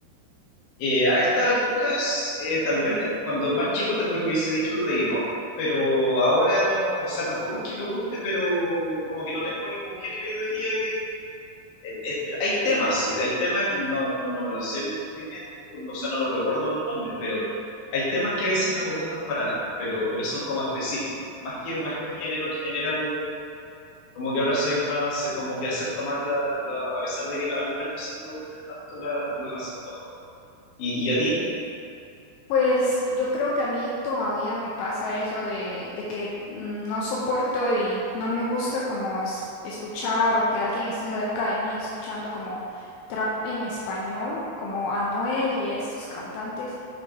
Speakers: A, on the left; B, on the left.
A: Eh, a estas alturas, eh, tal vez cuando más chico, tal vez hubiese dicho el reggaetón, pero ahora no, o sea, tampoco es que me guste, pero como que no tengo ningún género, yo diría eh, eh, hay temas, sí, hay temas que no, no, no me los sé muy bien, o sea, no los recuerdo los nombres, pero hay temas que a veces no me gustan para nada, pero, pero son como específicos. Más que, más que un género en general, como que ahora soy más, eh, como que acepto más, la, la- a pesar de que no- algunas cosas no me gustan tanto, la- las acepto más. ¿Y, y a ti?
B: Pues yo creo que a mí todavía me pasa eso de, de que mm, no soporto y no me gusta como es, escuchar o que alguien esté cerca de mí escuchando como trap en español, como Anuel y estos cantantes.